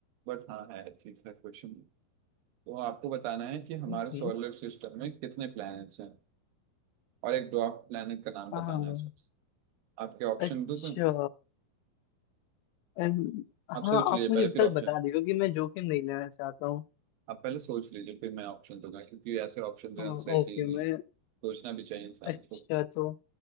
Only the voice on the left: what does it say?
हम्म
हाँ
अच्छा
अम,
हाँ
आप मुझे
विकल्प
बता दीजिए क्योंकि मैं जोखिम नहीं लेना चाहता हूँ
हाँ,
ओके
मैं
अच्छा
तो